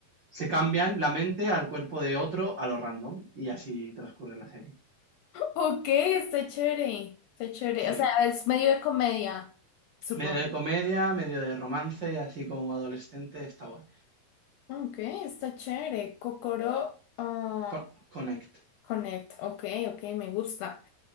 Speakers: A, on the right; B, on the left.
A: se cambian la mente al cuerpo de otro a lo random, y así transcurre la serie.
B: Ok, está chévere, está chévere.
A: Sí,
B: O sea, es medio de comedia, supongo.
A: Medio de comedia, medio de romance, así como adolescente, está guay.
B: Ok, está chévere. Kokoro ah,
A: Co- Connect.
B: Connect, ok, ok, me gusta.